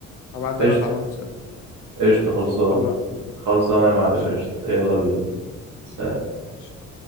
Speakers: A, on the left; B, on the right.
A: هبعتها
B: قشطة
A: لك على الواتساب
B: قشطة خلصان
A: خلاص
B: خلصانة
A: ماشي
B: يا معلم قشطة يلا بينا سلام.
A: ماشي